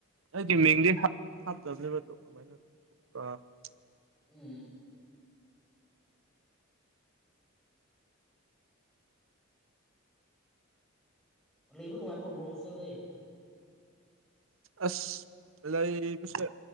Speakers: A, on the right (about 75°); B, in the centre.
A: ꯑꯩꯒꯤ
B: ꯎꯝ
A: ꯃꯤꯡꯗꯤ ꯍꯞ ꯍꯥꯞꯇꯕꯅꯦꯕꯗꯣ ꯀꯃꯥꯏꯅ <unintelligible>
B: ꯎꯝ ꯂꯩꯕ ꯅꯨꯡꯉꯥꯏꯕ꯭ꯔꯣ ꯕ꯭ꯔꯣ ꯍꯣꯁꯇꯦꯜꯗꯤ
A: ꯑꯁ ꯂꯩꯕꯁꯦ